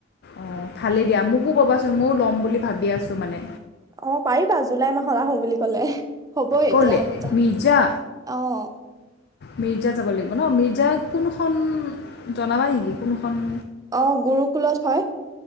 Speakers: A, on the left; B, on the right.
A: অ ভালে দিয়া মোকো কবাচোন মইও ল'ম বুলি ভাবি আছো মানে।
B: অঁ, পাৰিবা জুলাই মাহত আহো বুলি কলে। হ'বই
A: ক'লে
B: এতিয়া আৰু এটা
A: মিৰ্জা
B: অঁ।
A: মিৰ্জা যাব লাগিব। মানে মিৰ্জাই কোনখন? জনাবা নেকি কোনোখন?
B: অঁ, গুৰুকুলত হয়